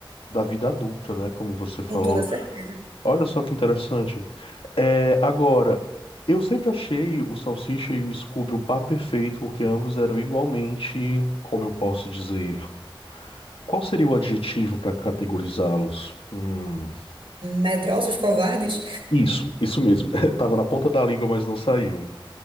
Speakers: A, on the left; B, on the right.
A: da vida adulta, né? Como você falou.
B: Com toda certeza.
A: Olha só que interessante. É, agora, eu sempre achei o Salsicha e o Scooby um par perfeito, porque ambos eram igualmente, como eu posso dizer, qual seria o adjetivo para categorizá-los? Hum,
B: Medrosos, covardes?
A: isso, isso mesmo. <laughs> Tava na ponta da língua, mas não saiu.